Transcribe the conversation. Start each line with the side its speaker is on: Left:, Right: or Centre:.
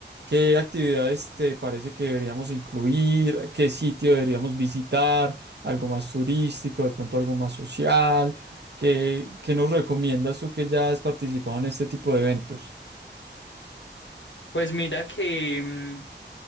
Right: ¿Qué actividades te parece que deberíamos incluir? ¿Qué sitio deberíamos visitar? ¿Algo más turístico? ¿De pronto algo más social? ¿Qué, qué nos recomiendas tú que ya has participado en este tipo de eventos?
Left: pues mira que mm,